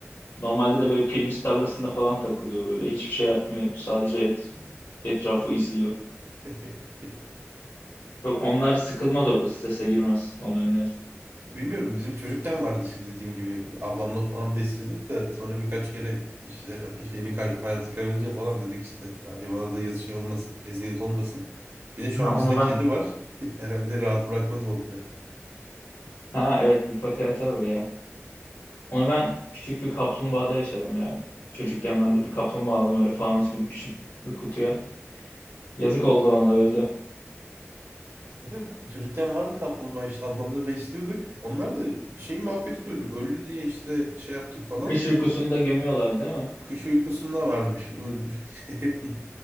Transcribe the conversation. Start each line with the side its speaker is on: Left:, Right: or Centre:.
Left: Normalde de böyle pirinç tarlasında falan takılıyor böyle. Hiçbir şey yapmıyor. Sadece et, etrafı izliyor.
Right: <laughs>
Left: Çok onlar sıkılmaz orada. Strese girmez. Onu öneririm.
Right: Bilmiyorum bizim çocukken vardı işte dediğim gibi ablamla falan besliyorduk da sonra birkaç kere işte şeyini kay hayatı kaybedince falan dedik işte hayvana da yazı şey olmasın eziyet olmasın. Bir de şu
Left: Ha
Right: an
Left: onu
Right: bizde
Left: ben
Right: kedi var. <laughs> Herhalde rahat bırakmaz balıkları.
Left: Ha evet bir pati atar oraya. Onu ben küçük bir kaplumbağada yaşadım ya. Çocukken ben de bir kaplumbağa aldım öyle fanus gibi küçük bir kutuya. Yazık oldu ona da öldü.
Right: Zaten çocukken vardı kaplumbağa işte ablamla besliyorduk. Onlar da şey muhabbeti duydum. Öldü diye işte şey yaptık falan.
Left: Kış uykusunda gömüyorlar değil mi?
Right: Kış uykusunda varmış. O <laughs> Hep